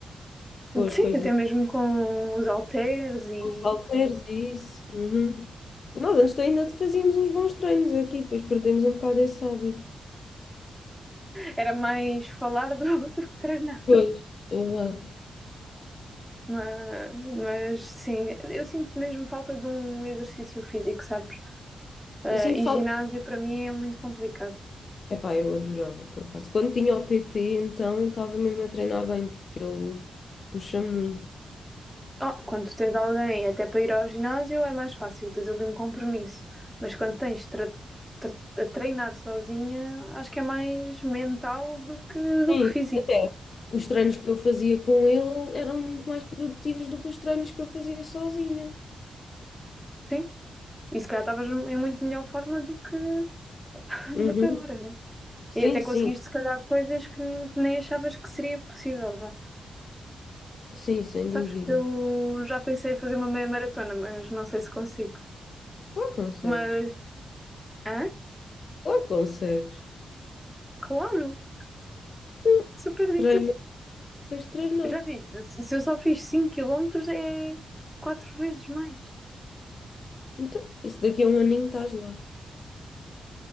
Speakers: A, on the left; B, in the centre.
A: Com as
B: Sim,
A: coisas,
B: até mesmo com os halteres e
A: com os halteres e isso. Uhum. Nós antes ainda fazíamos uns bons treinos aqui, depois perdemos um bocado esse hábito.
B: era mais falar do, <laughs> do que treinar.
A: Pois, exato.
B: Mas, mas sim, eu sinto mesmo falta de um exercício físico, sabes? Eh,
A: Eu sinto
B: e
A: falta.
B: ginásio para mim é muito complicado.
A: Epá, eu adorava, por acaso. Quando tinha o PT, então estava mesmo a treinar bem, porque ele puxa muito.
B: Oh, quando tens alguém até para ir ao ginásio é mais fácil, tens ali um compromisso. Mas quando tens de tra- tra- a treinar sozinha, acho que é mais mental do que, do
A: Sim,
B: que físico.
A: até os treinos que eu fazia com ele eram muito mais produtivos do que os treinos que eu fazia sozinha.
B: Sim? E se calhar estavas em muito melhor forma do que, <laughs>
A: Uhum.
B: do que agora, né?
A: Sim,
B: E até conseguiste,
A: sim,
B: se calhar, coisas que n- nem achavas que seria possível. vá.
A: sim, sem
B: Sabes
A: dúvida.
B: que eu já pensei em fazer uma meia maratona, mas não sei se consigo.
A: Claro que consegues.
B: Mas, hã?
A: Claro que consegues.
B: Claro,
A: Sim,
B: super difícil.
A: treino. Tens de treinar.
B: Já viste? Se se eu só fiz 5 quilómetros é quatro vezes mais.
A: Então, isso daqui a um aninho estás lá.